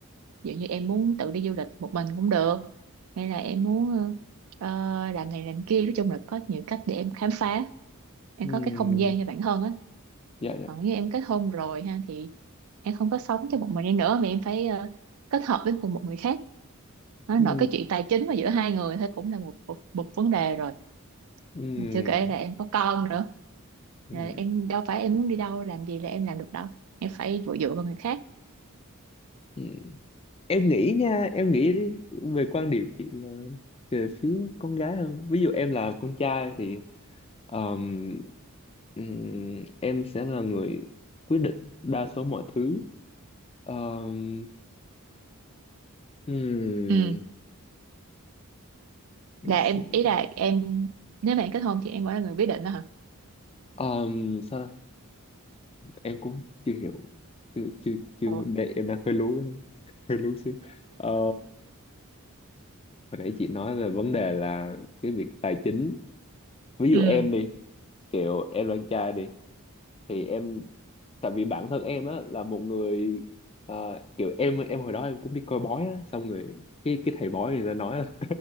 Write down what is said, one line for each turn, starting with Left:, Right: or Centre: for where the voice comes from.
Right: ví dụ như em muốn tự đi du lịch một mình cũng được hay là em muốn ờ, ờ, làm này làm kia nói chung là có nhiều cách để em khám phá em
Left: ừ
Right: có cái không gian cho bản thân á
Left: dạ dạ
Right: còn như em kết hôn rồi ha thì em không có sống cho một mình em nữa mà em phải ờ, kết hợp với cùng một người khác nó
Left: ừ
Right: nói cái chuyện tài chính mà giữa hai người thôi cũng là một một, một vấn đề rồi
Left: ừ
Right: Mà chưa kể là em có con nữa
Left: ừ
Right: là em đâu phải em muốn đi đâu làm gì là em làm được đâu em phải dựa dựa vào người khác
Left: ừ. em nghĩ nha em nghĩ đi, về quan điểm chị là về phía con gái hơn ví dụ em là con trai thì ờm, ừm, em sẽ là người quyết định đa số mọi thứ Ờm, ừm,
Right: Ừ.
Left: để
Right: là
Left: xem.
Right: em ý là em nếu mà em kết hôn thì em vẫn là người quyết định đó hả
Left: Ờm, sao ta? em cũng chưa hiểu chưa chưa chưa
Right: Ồ.
Left: để em đang hơi lú cái đó. <laughs> hơi lú xíu Ờ, hồi nãy chị nói về vấn đề là cái việc tài chính ví
Right: ừ
Left: dụ em đi kiểu em là anh trai đi thì em tại vì bản thân em á là một người ờ, kiểu em em hồi đó em cũng đi coi bói á xong rồi cái cái thầy bói người ta nói là